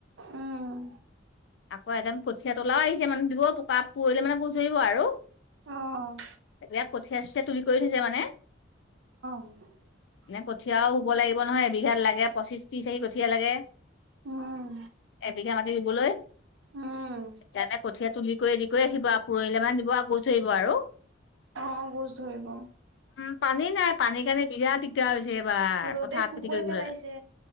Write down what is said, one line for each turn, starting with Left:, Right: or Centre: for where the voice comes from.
Right: উম।
Left: আকৌ এজন কঠীয়া তোলাও আহিছে মানে দিব বোকা পৰশিলে মানে গোছ ধৰিব আৰু।
Right: অ',
Left: এতিয়া কঠিয়া-চঠিয়া তুলি কৰি থৈছে মানে।
Right: <unintelligible>
Left: এনে কঠীয়াও হ'ব লাগিব নহয়, এবিঘাত লাগে পঁচিশ ত্ৰিশ আশি কঠীয়া লাগে।
Right: উম।
Left: এবিঘা মাতি ৰুবলৈ।
Right: উম,
Left: যেনে কঠীয়া তুলি কৰি ৰেদি কৰি ৰাখিব আৰু পৰহিলে মান দিব আকো গৌছ ধৰিব আৰু।
Right: অ গোছ ধৰিব।
Left: উম পানী নাই পানী কাৰণে বিৰাট দিগদাৰ হৈছে এইবাৰ
Right: ৰ'দে
Left: পথাৰত
Right: শুকুৱাই
Left: খেতি কৰিবলে।
Right: পেলাইছে।